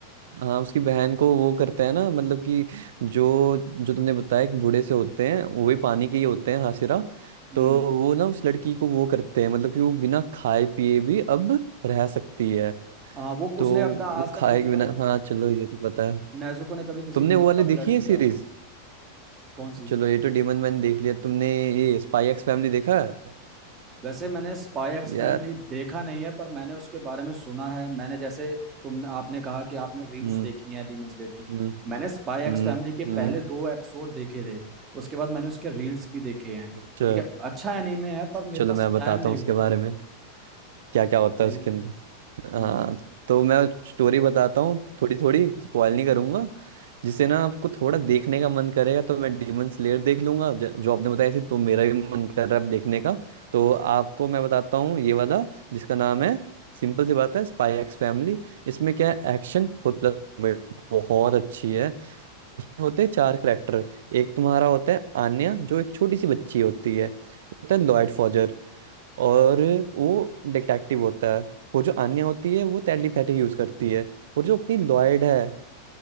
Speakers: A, on the right; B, on the right.
A: हाँ उसकी बहन को वो करता है ना मतलब कि जो जो तुमने बताया कि बूढ़े से होते हैं वो भी पानी के ही होते हैं हाशिरा
B: हम्म
A: तो वो ना उस लड़की को वो करते हैं मतलब कि वो बिना खाए पिए भी अब रह सकती है
B: हाँ वो
A: तो
B: उसने अब तक- आज
A: वो
B: तक
A: खाए
B: नेजुको
A: के बिना
B: ने
A: हाँ चलो ये तो पता है
B: नेजुको ने कभी किसी
A: तुमने
B: ह्यूमन
A: वो वाली
B: का
A: देखी
B: ब्लड
A: है
B: नहीं
A: सीरीज
B: लिया कौन सी
A: चलो ये तो डेमन मैन देख लिया तुमने ये स्पाई एक्स फैमिली देखा है?
B: वैसे मैंने स्पाई एक्स
A: यार
B: फैमिली देखा नहीं है पर मैंने उसके बारे में सुना है मैंने जैसे तुम आपने कहा कि आपने रील्स
A: हम्म
B: देखी हैं डीमन स्लेयर की
A: हम्म
B: मैंने स्पाई एक्स
A: हम्म
B: फैमिली के पहले
A: हम्म
B: दो एपिसोड देखे थे उसके बाद मैंने उसके रील्स भी देखे हैं
A: अच्छा
B: ठीक है अच्छा एनीमे है पर मेरे
A: चलो
B: पास
A: मैं बताता
B: टाइम नहीं
A: हूँ उसके
B: हुआ
A: बारे में क्या क्या होता
B: बताइए
A: है उसके अंदर
B: हम्म
A: हाँ तो मैं स्टोरी बताता हूँ थोड़ी थोड़ी स्पॉइल नहीं करूंगा जिससे ना आपको थोड़ा देखने का मन करेगा तो मैं डेमन स्लेयर देख लूंगा ज- जो आपने बताया थी तो मेरा भी मन कर रहा है अब देखने का तो आपको मैं बताता हूँ ये वाला जिसका नाम है सिंपल सी बात है स्पाई एक्स फैमिली इसमें क्या है एक्शन और प्लस बहुत अच्छी है उसमें होते हैं चार करेक्टर एक तुम्हारा होता है आन्या जो एक छोटी सी बच्ची होती है होता है लॉयड फॉजर और वो डिटेक्टिव होता है वो जो आन्या होती है वो टेलीपैथी यूज करती है और जो अपनी लॉयड है